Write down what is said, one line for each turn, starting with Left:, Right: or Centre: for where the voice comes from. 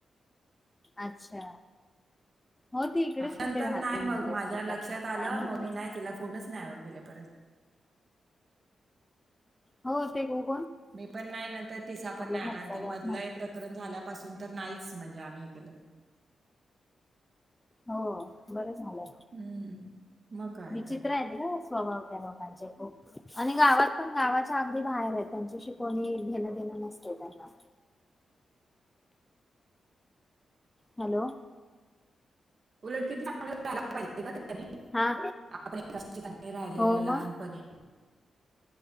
Left: अच्छा. हो ती इकडेच कुठे
Right: नंतर
Left: राहते
Right: नाही
Left: मुंबई
Right: मग माझ्या
Left: साईडला
Right: लक्षात
Left: पण
Right: आलं.
Left: काय माहिती
Right: मग मी
Left: त्याचं.
Right: नाही तिला फोनच नाही केला परत-
Left: हो. ते ग-
Right: मी पण नाही नंतर तिचा पण नाही
Left: घरचा
Right: आला. आणि ते
Left: व्याप
Right: मधलं
Left: नाही.
Right: हे प्रकरण झाल्यापासून- तर नाहीच म्हणजे आम्ही हे केलं.
Left: हो. बर झालंय
Right: हम्म. मग काय
Left: विचित्र
Right: तर.
Left: आहे ना ग - स्वभाव त्या लोकांचे खूप आणि गावात पण गावाच्या अगदी बाहेर आहेत त्यांच्याशी कोणी घेणं देणं नसतय त्यांना. हॅलो.
Right: उलट क त आपलायला पाहिजे का त्यानी
Left: हा
Right: आपण एकाच ठिकाणी राहिलेले
Left: हो मग
Right: लहानपणी